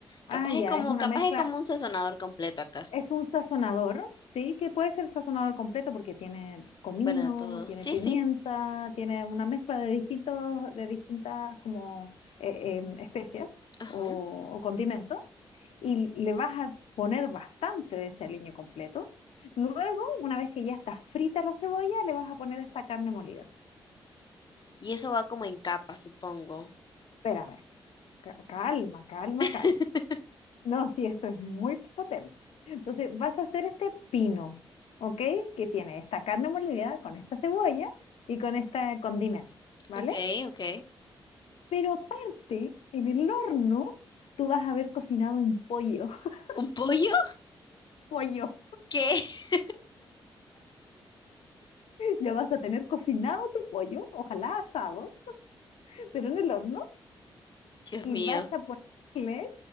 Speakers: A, on the left (about 75°); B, on the left (about 45°).
A: Ah,
B: Capaz
A: ya,
B: es como,
A: es una
B: capaz
A: mezcla
B: es como un sazonador completo acá.
A: Es un sazonador, ¿sí? Que puede ser sazonador completo porque tiene comino,
B: Bueno, de todo.
A: tiene
B: Sí,
A: pimienta,
B: sí.
A: tiene una mezcla de distintos, de distintas como eh, eh, especias
B: Ajá.
A: o, o condimentos y le vas a poner bastante de ese aliño completo. Luego, una vez que ya está frita la cebolla, le vas a poner esta carne molida.
B: Y eso va como en capa, supongo.
A: Espérame, ca- calma, calma,
B: <laughs>
A: calma. No, sí, esto es muy potente. Entonces, vas a hacer este pino, ¿ok? Que tiene esta carne molida con esta cebolla y con este condimento, ¿vale?
B: Ok, ok.
A: Pero aparte, en el horno, tú vas a haber cocinado un pollo, <laughs>
B: ¿Un pollo?
A: pollo.
B: ¿Qué? <laughs>
A: Ya vas a tener cocinado tu pollo, ojalá asado, pero en el horno,
B: Dios
A: y
B: mío.
A: vas a ponerle